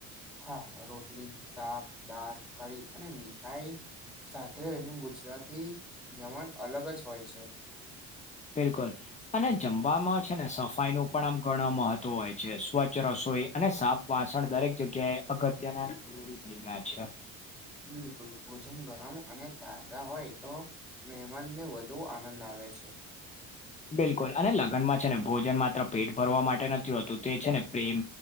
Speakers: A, in the centre; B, on the left (about 20°).
A: હા રોટલી શાક દાળ કઢી અને મીઠાઈ સાથે એનું ગુજરાતી જમણ અલગ જ હોય છે.
B: બિલકુલ અને જમવામાં છે ને સફાઈનું પણ આમ ઘણો મહત્વ હોય છે સ્વચ્છ રસોઈ અને સાપ વાસણ દરેક જગ્યાએ અગત્યના <unintelligible> ઉતરી ગયા છે
A: બિલકુલ ભોજન ગરમ અને તાજા હોય તો મહેમાનને વધુ આનંદ આવે છે
B: બિલકુલ અને લગ્નમાં છે ને ભોજન માત્ર પેટ ભરવા માટે નથી હોતું તે છે ને પ્રેમ